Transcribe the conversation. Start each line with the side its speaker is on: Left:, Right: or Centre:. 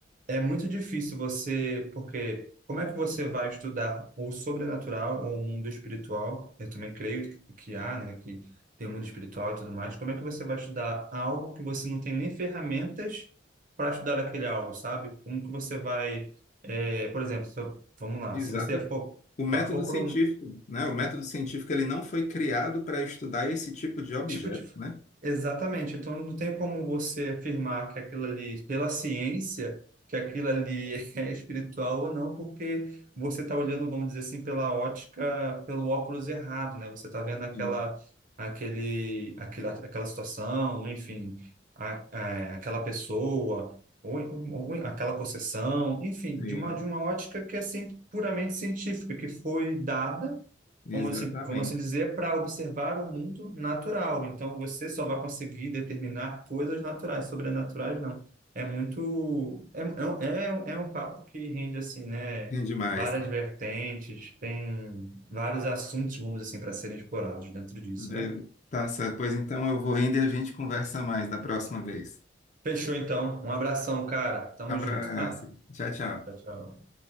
Right: é muito difícil você, porque como é que você vai estudar o sobrenatural ou o mundo espiritual? Eu também creio que que há, né, que tem o mundo espiritual e tudo mais. Como é que você vai estudar algo que você não tem nem ferramentas para estudar aquele algo, sabe? Como que você vai, eh, por exemplo, se eu- vamos lá,
Left: Exata.
Right: se você for,
Left: O método
Right: for
Left: científico,
Right: para
Left: né? O método científico ele não foi criado para estudar esse tipo de objeto,
Right: Tipo de...
Left: né?
Right: Exatamente. Então, não tem como você afirmar que aquilo ali, pela ciência, que aquilo ali <laughs> é espiritual ou não, porque você está olhando, vamos dizer assim, pela ótica, pelo óculos errado, né? Você está vendo aquela,
Left: Sim,
Right: aquele, aquela, aquela situação, enfim, a, a- aquela pessoa, ou, ou aquela possessão, enfim,
Left: sim,
Right: de uma, de uma ótica que é cien- puramente científica, que foi dada
Left: exatamente.
Right: vamos assim, vamos assim dizer, para observar o mundo natural. Então, você só vai conseguir determinar coisas naturais, sobrenaturais não. É muito, é, é, um- é um papo que rende assim, né?
Left: É Demais.
Right: Várias vertentes, tem vários assuntos, vamos assim, para serem explorados dentro disso,
Left: Ver-
Right: né?
Left: Tá certo. Pois então eu vou indo e a gente conversa mais da próxima vez.
Right: Fechou então. Um abração, cara. Tamo
Left: Abraço.
Right: junto, tá?
Left: Tchau, tchau.
Right: Tchau, tchau.